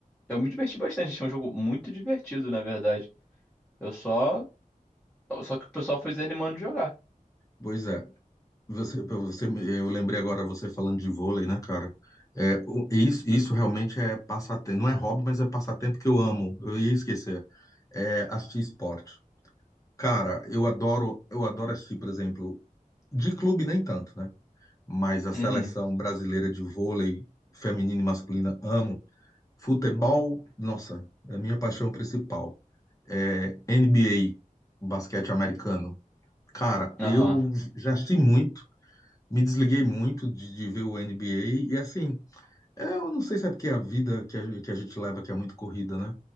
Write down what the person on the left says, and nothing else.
Pois é. Você, pra você, eu lembrei agora você falando de vôlei, né, cara? É, o- isso, isso realmente é passatempo. Não é hobby, mas é passatempo que eu amo. Eu ia esquecer. É assistir esporte. Cara, eu adoro, eu adoro assistir, por exemplo, de clube nem tanto, né? mas a
seleção brasileira de vôlei feminina e masculina amo. Futebol, nossa, é a minha paixão principal. É NBA, basquete americano. Cara,
eu já assisti muito, me desliguei muito de, de ver o NBA e assim, é, eu não sei se é porque a vida que a, que a gente leva que é muito corrida, né?